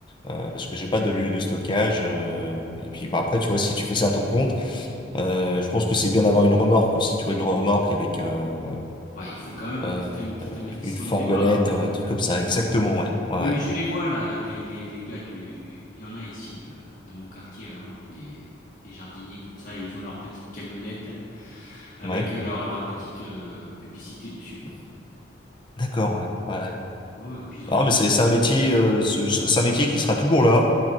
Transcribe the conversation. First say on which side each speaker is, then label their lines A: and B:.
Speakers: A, on the left; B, on the left.
A: Euh, parce que j'ai pas de lieu de stockage. euh, et puis bah, après, tu vois, si tu fais ça à ton compte. Euh, je pense que c'est bien d'avoir une remorque aussi, tu vois, une remorque avec euh,
B: Ouais, il faut quand même un
A: euh,
B: petit, un petit investissement
A: une fourgonnette,
B: de départ.
A: un truc comme ça. Exactement, ouais, ouais,
B: Oui,
A: ouais.
B: mais je les vois là, les, les, les gars du. Il y en a ici, euh, dans mon quartier à Londres, des, des jardiniers comme ça, et ils ont leur petite camionnette avec
A: Ouais.
B: leur, leur petite euh, publicité dessus.
A: D'accord, ouais, ouais. ouais.
B: Ouais, et puis ils ont
A: Non,
B: l'air
A: mais
B: de.
A: c'est c'est un métier, euh, c'est c'est un métier qui sera toujours là